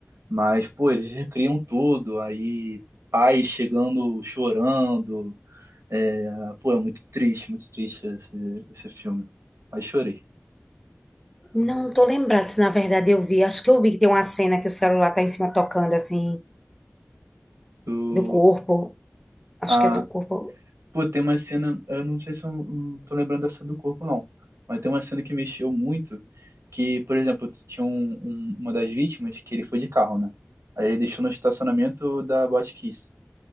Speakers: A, on the right; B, in the centre.
A: Mas, pô, eles recriam tudo, aí pais chegando chorando, É, pô, é muito triste, muito triste esse, esse filme. Aí chorei.
B: Não, não tô lembrando se na verdade eu vi, acho que eu vi que tem uma cena que o celular tá em cima tocando, assim,
A: Do,
B: do corpo. Acho
A: a,
B: que é do corpo
A: pô, tem uma cena, eu não sei se eu não tô lembrando dessa do corpo, não. Mas tem uma cena que mexeu muito, que, por exemplo, tinha um, um- uma das vítimas que ele foi de carro, né? Aí ele deixou no estacionamento da Botkiss.